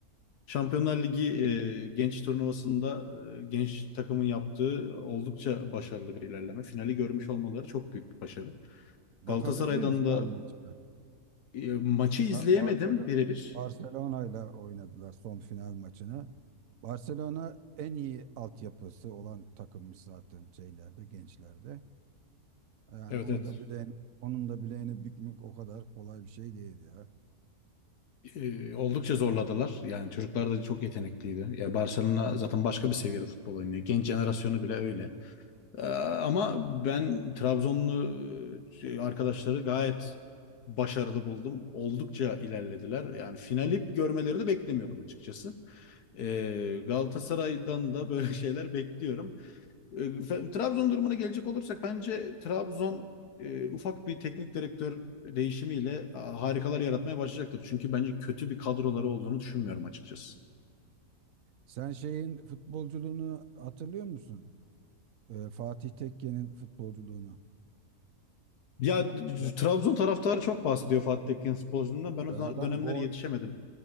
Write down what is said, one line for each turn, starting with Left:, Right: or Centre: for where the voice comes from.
Left: Şampiyonlar Ligi e, genç turnuvasında e, genç takımın yaptığı oldukça başarılı bir ilerleme. Finali görmüş olmaları çok büyük bir başarı.
Right: Bakabildin
Left: Galatasaray'dan
Right: mi final
Left: da
Right: maçına?
Left: e, maçı izleyemedim
Right: Ha, Barcelona
Left: birebir.
Right: Barcelona ile oynadılar son final maçını. Barcelona en iyi altyapısı olan takımmış zaten şeylerde, gençlerde. Yani
Left: Evet
Right: onu
Left: evet.
Right: da bileğini, onun da bileğini bükmek o kadar kolay bir şey değil ya.
Left: E, oldukça zorladılar. Yani çocuklar da çok yetenekliydi. Ya Barcelona zaten başka bir seviyede futbol oynuyor. Genç jenerasyonu bile öyle. Ee, Ama ben Trabzonlu e, arkadaşları gayet başarılı buldum. Oldukça ilerlediler. Yani finali görmeleri de beklemiyordum açıkçası. Ee, Galatasaray'dan da böyle <laughs> şeyler bekliyorum. Ee, fe- Trabzon durumuna gelecek olursak bence Trabzon e, ufak bir teknik direktör değişimiyle a, harikalar yaratmaya başlayacaktır. Çünkü bence kötü bir kadroları olduğunu düşünmüyorum açıkçası.
Right: Sen şeyin futbolculuğunu hatırlıyor musun? Ee, Fatih Tekke'nin futbolculuğunu.
Left: Ya
Right: Tra-
Left: Trabzon taraftarı çok bahsediyor Fatih Tekke futbolcundan. Ben o
Right: Adam
Left: dönemlere
Right: gol
Left: yetişemedim.